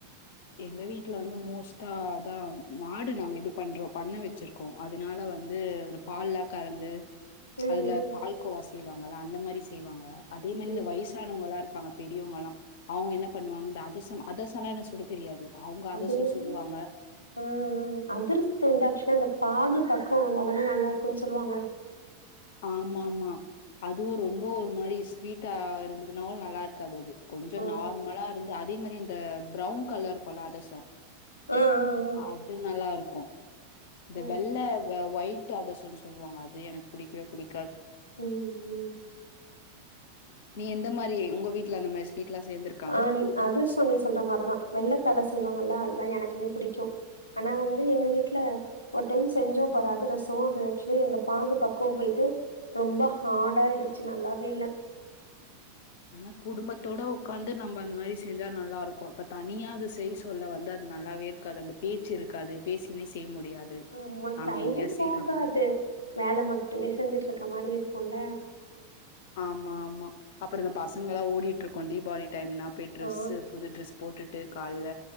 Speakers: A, on the left; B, on the left.
A: எங்க வீட்ல வந்து மோஸ்ட்டா அதா மாடு நாங்க இது பண்றோ பண்ண வச்சிருக்கோ ம் அதுனால வந்து அதுல பால்லா கறந்து
B: ம்
A: அதுல
B: ம்
A: பால்கோவா செய்வாங்கல அந்த மாரி செய்வாங்க அதே மாரி
B: ம்
A: இந்த வயசானவங்கல்லா இருப்பாங்க பெரியவுங்கல்லா அவுங்க என்ன பண்ணுவாங்க அந்த அதுசம் அதுசம்லா எனக்கு சுட தெரியாது அவங்க
B: அதுவேற
A: அதிரசம் சுடுவாங்க.
B: ம் ம் அதிர்சத்துக்கு வந்து ஆக்சுவலா அந்த பாகு பக்குவம் வந்தா தானே நல்லா இருக்குன்னு சொல்லுவாங்க
A: ஆமா ஆமா அதுவு ரொம்ப ஒரு மாரி ஸ்வீட்டா இருந்ததுனா நல்லா இருக்காது அது கொஞ்ச
B: ஆ
A: நார்மலா இருந்து அதே மாரி இந்த ப்ரௌன் கலர் இருக்குல்ல அதசம்
B: ஆ ஆ ஆ
A: அது நல்லாருக்கு இந்த
B: ம்
A: வெள்ள இந்த ஒயிட் அதுசம்னு சொல்லுவாங்க அது எனக்கு புடிக்கவே புடிக்காது
B: ம் ம்
A: நீ எந்த மாரி உங்க வீட்ல அந்த மாரி ஸ்வீட்லா சேந்துருக்
B: ஆ நீ அதுசொ நீ சொல்ற மாரிதா வெள்ளத்தால செய்வாங்கல்ல அதுதா எனக்குமே பிடிக்கு ஆனா வந்து எங்க வீட்ல ஒரு டைம் செஞ்சோம் பாரு அதுரசம் அது ஆக்சுவலி அந்த பாகு பக்குவம் போயிட்டு ரொம்ப ஹார்ட்டா ஆயிடுச்சு நல்லாவே இல்ல
A: ஆனா குடும்பத்தோட உக்காந்து நம்ம அந்த மாரி செஞ்சா நல்லா இருக்கும் இப்ப தனியா அது செய் சொல்ல வந்து அது நல்லாவே இரு காது அந்த பேச்சு இருக்காது பேசினே செய்ய முடியாது
B: ஆமா
A: அமைதியா
B: டைமே
A: செய்றமாரியிருக்கு
B: போகாது வேல மட்டுமே செஞ்சுட்ருக்க மாரி இருக்குல்ல
A: ஆமா ஆமா அப்புற இந்த பசங்கலா ஓடிட்டு இருக்கும் தீபாளி டைம்னா போய் ட்ரெஸ்சு
B: ஆ
A: புது ட்ரெஸ் போட்டுட்டு கால்ல